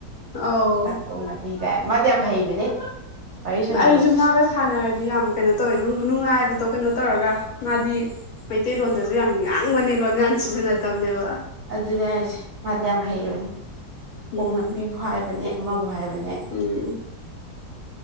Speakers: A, on the left; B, on the right.
A: ꯑꯧ
B: ꯅꯥꯀꯣꯡꯝꯅꯅꯥꯄꯤꯒꯥꯏ ꯃꯗꯤ ꯌꯥꯝꯝ ꯍꯩꯕꯅꯦ ꯋꯥꯔꯤ ꯁꯥꯟꯅꯕꯁꯦ
A: ꯑꯩꯁꯨ ꯃꯥꯒ ꯁꯥꯟꯅꯔꯗꯤ ꯌꯥꯝ ꯀꯩꯅꯣ ꯇꯧꯋꯦ ꯅꯨꯡꯉꯥꯏꯕꯗꯣ ꯀꯩꯅꯣ ꯇꯧꯔꯒ ꯃꯥꯗꯤ ꯃꯩꯇꯩꯂꯣꯟꯗꯁꯨ ꯌꯥꯝ ꯉꯥꯡꯕꯅꯦ ꯂꯣꯟ ꯌꯥꯝꯟ ꯁꯤꯖꯤꯟꯅꯗꯕꯅꯦꯕ
B: ꯑꯗꯨꯅꯦꯁꯦ ꯃꯥꯗꯤ ꯌꯥꯝ ꯍꯩꯕꯅꯤ ꯀꯣꯛ
A: ꯎꯝ
B: ꯄꯤꯕꯨ ꯍꯥꯏꯕꯅꯦ ꯑꯃꯕꯨ ꯍꯥꯏꯕꯅꯦ
A: ꯎꯝ